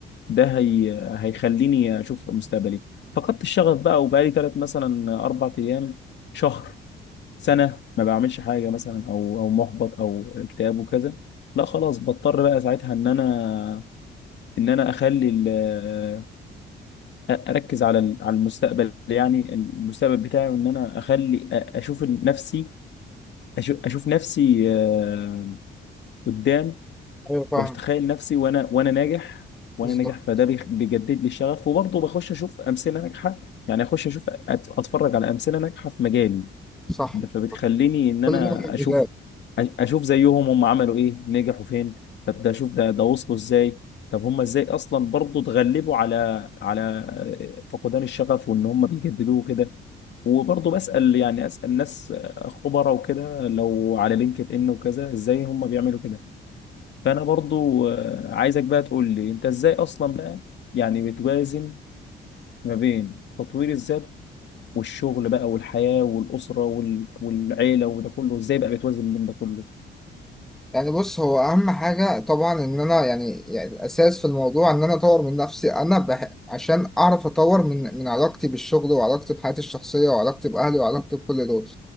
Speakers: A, on the left; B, in the centre.
A: ده هي... هيخليني اشوف مستقبلي فقدت الشغف بقى وبقالي ثلاث مثلا اربع ايام شهر سنه ما بعملش حاجه مثلا او او محبط او اكتئاب وكذا لا خلاص بضطر بقى ساعتها ان انا ان انا اخلي ال- اركز على ال- على المستقبل يعني المستقبل بتاعي وان انا اخلي اشوف نفسي أشو- اشوف نفسي آه، قدام
B: ايوه فاهم
A: واتخيل نفسي وانا وانا ناجح وانا
B: بالظبط
A: ناجح فده بيخ- بيجدد لي الشغف وبرضه بخش اشوف امثله ناجحه يعني اخش اشوف أت- اتفرج على امثله ناجحه في مجالي
B: صح
A: فبتخليني ان
B: كل
A: انا
B: ده محتاج
A: اشوف اشوف زيهم هم عملوا ايه نجحوا فين طب ده اشوف ده ده وصلوا ازاي طب هم ازاي اصلا برضه اتغلبوا على على فقدان الشغف وان هم بيجددوه كده وبرضه بسأل يعني اسأل ناس خبراء وكده لو على لينكد ان وكذا ازاي هم بيعملوا كده فانا برضه آه، عايزك بقى تقول لي انت ازاي اصلا بقى يعني بتوازن ما بين تطوير الذات والشغل بقى والحياة والأسرة وال... والعيلة وده كله ازاي بقى بتوازن بين ده كله
B: يعني بص هو اهم حاجه طبعا ان انا يعني, يعني الاساس في الموضوع ان انا اطور من نفسي انا بح... عشان اعرف اطور من من علاقتي بالشغل وعلاقتي بحياتي الشخصيه وعلاقتي باهلي وعلاقتي بكل دول